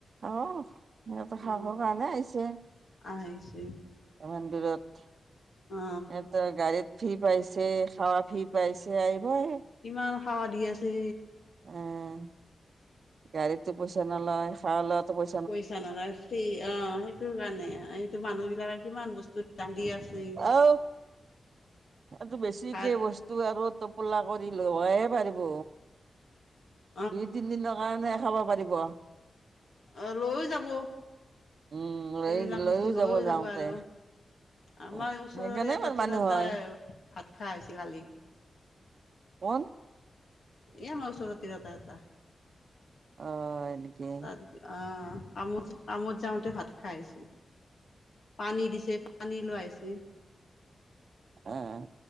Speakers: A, on the right (about 55°); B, on the left (about 55°).
A: অহ সিহঁতৰ সাহৰ
B: অ
A: কাৰণে আহিছে।
B: আহিছে।
A: ইমান দূৰত।
B: অ
A: এত গাড়ীত। ফি পাইছে খাৱা ফি পাইছে আহিব আৰু।
B: ইমান খাৱা দি আছে।
A: উম গাড়ীতটো পইচা নলয়। খাল লোৱাটো প‌ইচা।
B: পইচা নলয় ফ্ৰি অ সেইটো কাৰণে এইটো মানুহ বিলাকে কিমান বস্তু। কান্দি আছে।
A: আহ সেইটো বেছিকে
B: ভাত
A: বস্তু। তোৰ আৰু টোপোলা কৰি লৱয়ে পাৰিব।
B: হয়।
A: দুই তিনি দিনৰ কাৰণে খাব পাৰিব।
B: অ লৈয়ো যাব
A: উম লৈ
B: এইবিলাক বস্তু
A: লৈও
B: লৈয়ও
A: যাওঁতে
B: যাব আৰু। আমাৰ
A: সেইকাৰণে
B: ওচৰৰে এটা
A: ইমান
B: তিৰতা
A: মানুহ হয়
B: ভাত খাই আহ হৈছে কালি।
A: কোন?
B: এ আমাৰ ওচৰতে তিৰতা এটা।
A: অ এনেকে।
B: তাত অ আমোদ আমোদ যাওঁতে ভাত খাইছে। পানী দিছে পানী লাইছে।
A: আহ